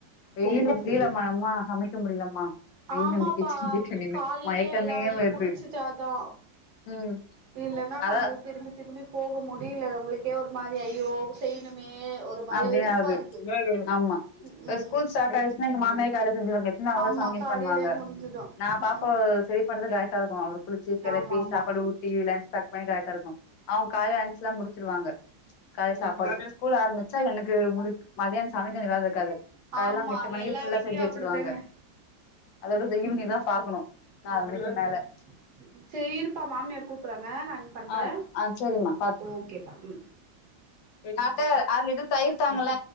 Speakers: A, on the left; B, on the right.
A: வெயில்
B: சேரி
A: முடிலம்மா
B: சேரிப்பா
A: எம்மா நிக்க முடிலம்மா வெயில
B: ஆமாப்பா
A: வந்து கிச்சட்டுன்னு
B: காலையிலயே
A: மயக்கமே
B: எல்லா வேலையு
A: வர்து
B: முடிச்சுட்டாதா
A: ம்
B: இல்லன்னா நம்ப
A: அதா
B: திரும்பி திரும்பி போக முடியில நம்மளுக்கே ஒரு மாரி ஆயி ஓ செய்யனுமே ஒரு மாரி
A: அப்டியே
B: வெறுப்பா
A: ஆகுது
B: இருக்கு
A: ஆமா
B: ம் ம்
A: ஸ்கூல் ஸ்டார்ட் ஆயிச்னா எங்க மாமியார் வேல செஞ்சிருவாங்க ன்னா அவ
B: ஆமா
A: சமையல்
B: காலையிலயே
A: பண்வாங்க
B: முடிஞ்சிடு
A: நா
B: ம்
A: பாப்போ
B: ம்
A: செரி பட்றது கரட்டாருக்கு அவரு குளிச்சி கெளப்பி
B: ஆமா ஆமா
A: சாப்பாடு ஊட்டி லன்ச் பேக் பண்ணி கரக்ட்டா இருக்கு அவுங் காலைல என்ச்சல்லா முடிச்சிருவாங்க காலைல
B: ஓகே
A: சாப்பாடு ஸ்கூல் ஆரமிச்சா எனக்கு முடிக் மதியான சமைக்கற வேல இருக்காது காலைல
B: ஆமா
A: அவங்க எட்டு மணிக்கு
B: எல்லா
A: ஃபுல்லா
B: வீட்லயு
A: செஞ்சு
B: அப்டித்தானே
A: வச்சருவாங்க அதோட த ஈவ்னிங்
B: ம் ம்
A: தா பாக்கணு நாலு
B: அவ்ளோதா
A: மணிக்கு மேல
B: சரி இருப்பா மாமியார் கூப்பறாங்க நான் பண்ற
A: ஆ ஆ சரிம்மா
B: ஓகேப்பா ம்
A: நாட்டர் ஆர லிட்டர் தயிர் தாங்கள